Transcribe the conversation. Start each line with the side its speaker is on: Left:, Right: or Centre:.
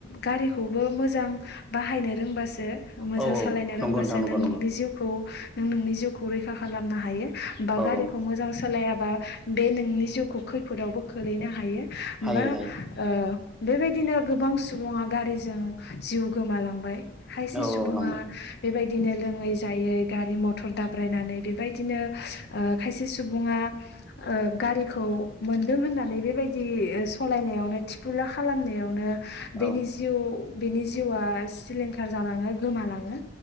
Left: गारिखौबो मोजां बाहायनो रोंबासो मोजां
Centre: औ
Left: सालायनो
Centre: नंगौ
Left: रोंबासो
Centre: नोंथां नंगौ
Left: नों
Centre: नंगौ
Left: नोंनि जिउखौ नों नोंनि जिउखौ रैखा खालामनो हायो बा
Centre: औ
Left: गारिखौ
Centre: औ
Left: मोजां सालाय बा बे नोंनि जिउखौ खैफोदावबो खोलैनो हायो
Centre: हायो
Left: बा
Centre: हायो
Left: ओ बेबायदिनो गोबां सुबुङा गारिजों जिउ गोमालांबाय। खायसे
Centre: औ
Left: सुबुङा
Centre: औ नंबाय
Left: बेबायदिनो लोङै जायै गारि मथर दाब्रायनानै बेबायदिनो खायसे ओ सुबुङा ओ गारिखौ मोनदों होननानै बेबायदि ओ सालायनायावनो थिफुला खालामनायावनो बेनि
Centre: औ
Left: जिउ बेनि जिउआ सिलिंखार जालाङो गोमालाङो।